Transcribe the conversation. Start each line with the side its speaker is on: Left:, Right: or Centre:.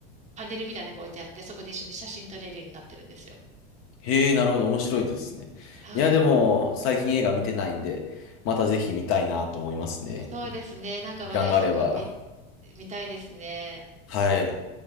Right: パネルみたいなのが置いてあって、そこで一緒に写真撮れるようになってるんですよ。
Left: へえ、なるほど。面白いですね。
Right: はい。
Left: いや、でも、最近映画見てないんで、またぜひ見たいなと思いますね。
Right: そうですね。なんか話題作見、
Left: 時間があれば。
Right: 見たいですね。
Left: はい。